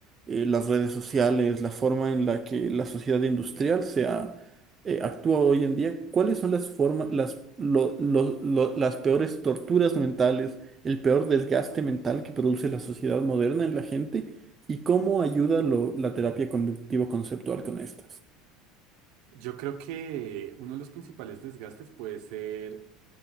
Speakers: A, on the right; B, on the right.
A: eh, las redes sociales, la forma en la que la sociedad industrial se ha, eh, actúa hoy en día, cuáles son las formas, las, lo- lo- lo- las peores torturas mentales, el peor desgaste mental que produce la sociedad moderna en la gente y cómo ayuda lo- la terapia conductivo-conceptual con estas?
B: Yo creo que uno de los principales desgastes puede ser